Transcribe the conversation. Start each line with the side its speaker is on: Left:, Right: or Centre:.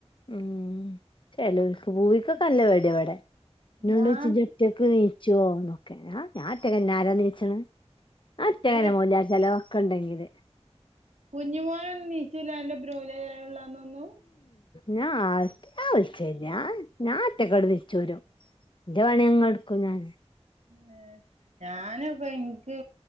Left: ഉംഹ് ചെലോൽക്ക് പൂവിക്കൊക്കെ നല്ല പേടിയാവടെ ഇന്നോണ്ടൊയ്ച്ച്
Right: ഞാൻ
Left: ഇജൊറ്റക് നീച്ചോന്നൊക്കെ ഞാർഞ്ഞ് ഞാഒറ്റക്കെന്നെ പിന്നാരാ നീച്ച്ണെ ഞാ ഒറ്റക്കെന്നെ
Right: അല്ല
Left: മോല്യാർ ചെലവൊക്കെണ്ടെകില്
Right: കുഞ്ഞിമോനൊന്നും നീച്ചുല്ല അന്റെപ്പെരം മോല്ല്യാരെ ചെലവ്ള്ളന്നൊന്നും?
Left: ഞാ ആർ ഞാ വിള്ചേല്ല്യ ഞാ ഞാ ഒറ്റക്കാട്ട് തിര്ച്ചോരും ന്റെ പണിങ്ങടുക്കു ഞാന്
Right: ഉം ഞാന്പ്പോ എനിക്ക്